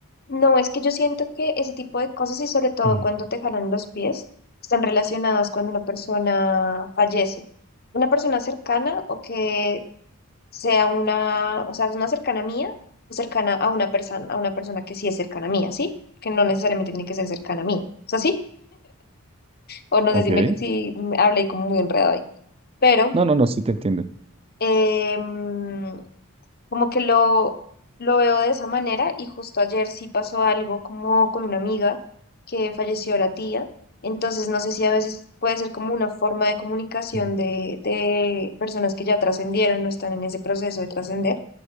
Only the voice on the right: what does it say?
Mm.
Ok.
No, no, no, sí te entiendo.
Mm.